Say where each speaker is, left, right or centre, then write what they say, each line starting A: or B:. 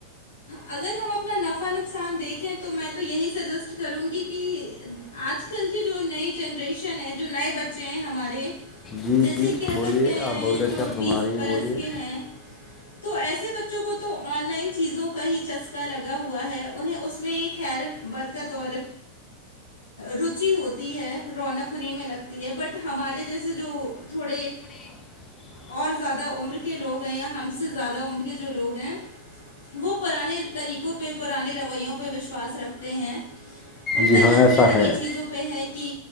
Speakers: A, on the left; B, on the left.
A: اگر ہم اپنا نفع نقصان دیکھیں تو میں تو یہی سجیسٹ کروں گی کہ آج کل کی جو نئی جنریشن ہے جو نئے بچے چ ہیں ہمارے
B: جی
A: جیسے
B: جی
A: کہہ
B: بولیے
A: سکتے ہیں
B: آپ بہت اچھا
A: جو
B: فرما
A: بیس
B: رہی ہیں
A: برس
B: بولیے
A: کے ہیں تو ایسے بچوں کو تو آن لائن چیزوں کا ہی چسکا لگا ہوا ہے انہیں اس میں ایک خیر برکت اور روچی ہوتی ہے رونق اننییں میں لگتی ہے بٹ ہمارے جیسے جو تھوڑے
B: <inaudible>
A: اور زیادہ عمر کے لوگ ہیں یا ہم سے زیادہ عمر کے جو لوگ ہیں وہ پرانے طریقوں پہ پرانے رویوں پہ وشواس رکھتے ہیں ان
B: جی
A: کا
B: ہاں
A: یقین
B: ایسا
A: انہیں
B: ہے
A: چیزوں پہ ہے کہ